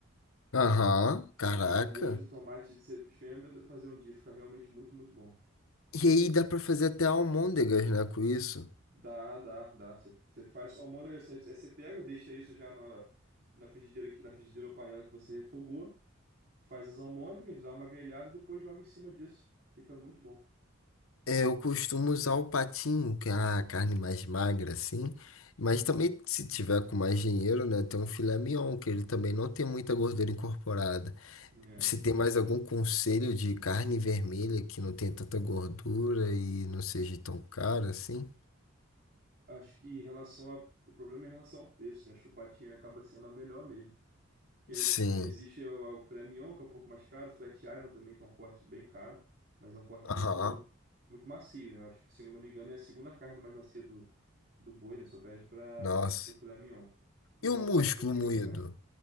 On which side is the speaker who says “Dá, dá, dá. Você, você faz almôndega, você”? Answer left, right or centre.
Right